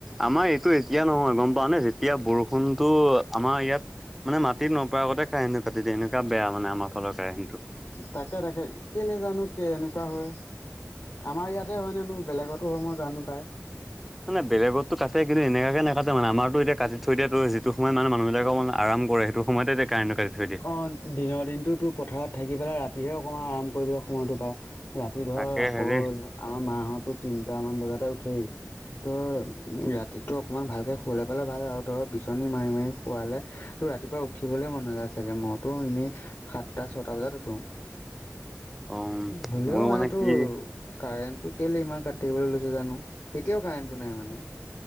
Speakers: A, in the centre; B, on the left.
A: আমাৰ এইটো এতিয়া নহয় গম পাৱানে যেতিয়া বৰষুণ তোৰ আমাৰ ইয়াত মানে মাটিত নপৰা আগতে কাৰেণ্টটো কাটি দিয়ে এনেকুৱা বেয়া মানে আমাৰ ফালৰ কাৰেণ্টটো
B: তাকে তাকে কেইলে জানো কে এনেকুৱা হয়? আমাৰ ইয়াতহে হয়নে মোৰ বেলেগতো হয় জানো পায়!
A: মানে বেলেগত টো কাটে কিন্তু এনেকাকে নেকাতে মানে আমাৰটো এতিয়া কাটি থৈ দিয়াটো যিটো সময়ত মানে মানুহ বিলাকে আৰাম কৰে সেইটো সময়তে কাৰেণ্টো কাটি থৈ দিয়ে
B: অ দিনৰ দিনটো তোৰ পথাৰত থাকি পেলাই ৰাতিহে অকণমান আৰাম কৰিবলৈ সময়তটো পাই ৰাতি ধৰা
A: তাকে
B: আকৌ
A: হেৰি
B: আমাৰ মাহতো তিনটামান বজাতে উঠেই ধৰ ৰাতিটো অকমান ভালকে শুৱলে পালে ভাল আৰু ধৰ বিচনী মাৰি মাৰি শুৱালে তোৰ ৰাতিপুৱা উঠিবলে মন নযায় চাগে মইতো এনেই সাতটা ছয়টা বজাত উঠো।
A: অম
B: হলেও
A: মোৰ
B: মানে তোৰ
A: কি
B: কাৰেণ্ট টো কেইলে ইমান কাটি থাকিবলৈ লৈছো জানো এতিয়াও কাৰেণ্টটো নাই মানে